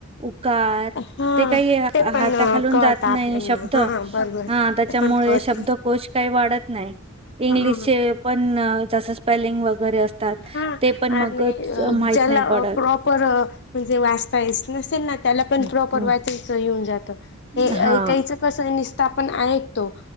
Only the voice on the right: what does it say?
उकार
ते काही
हाताखा
जात नाही
शब्द
हा त्याच्यामुळे
शब्दकोश काही वाढत नाही इंग्लिशचे
पण जसं स्पेलिंग वगैरे असतात
ते पण मगच
माहित
नाही पडत
हम्म,
हम्म.
हा